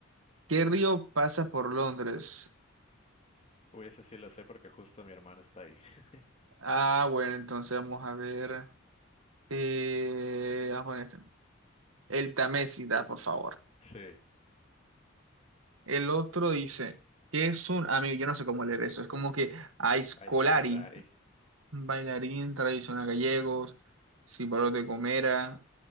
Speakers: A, on the right; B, on the left.
A: ¿qué río pasa por Londres?
B: Uy, ese sí lo sé porque justo mi hermana está ahí. <laughs>
A: Ah, bueno, entonces vamos a ver. Eh, vamos a poner este. El Tamésida, por favor.
B: Sí,
A: El otro dice, ¿qué es un amigo? Yo no sé cómo leer eso. Es como que Aiscolari,
B: a Scolari.
A: bailarín tradicional gallegos, símbolo de Gomera,